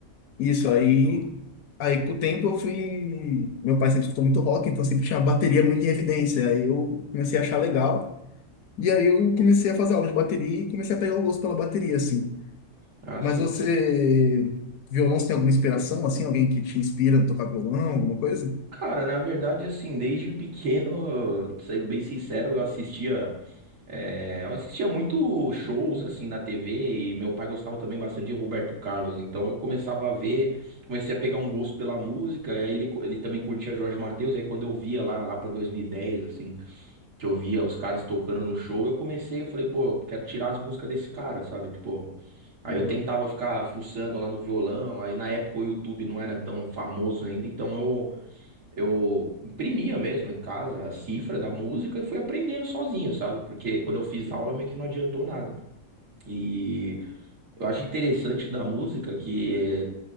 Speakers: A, on the left; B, on the right.
A: Isso, aí,
B: Legal.
A: aí com o tempo eu fui. Meu pai sempre escutou muito rock, então sempre tinha a bateria muito em evidência. Aí eu comecei a achar legal. E aí eu comecei a fazer aula de bateria e comecei a pegar o gosto pela bateria, assim.
B: Ah,
A: Mas
B: sim.
A: você, violão, você tem alguma inspiração, assim? Alguém que te inspira a tocar violão, alguma coisa?
B: Cara, na verdade, assim, desde pequeno, <laughs> sendo bem sincero, eu assistia. É, eu assistia muito shows assim na TV e meu pai gostava também bastante de Roberto Carlos, então eu começava a ver, comecei a pegar um gosto pela música, e aí ele, co- ele também curtia Jorge Mateus, e aí quando eu via lá, lá para 2010 assim, que eu via os caras tocando no show, eu comecei, eu falei, pô, eu quero tirar as músicas desse cara, sabe? Tipo, aí
A: Legal.
B: eu tentava ficar fuçando lá no violão, aí na época o YouTube não era tão famoso ainda, então eu imprimia mesmo em casa a cifra da música e fui aprendendo sozinho, sabe? Porque quando eu fiz aula meio que não adiantou nada. E eu acho interessante da música que é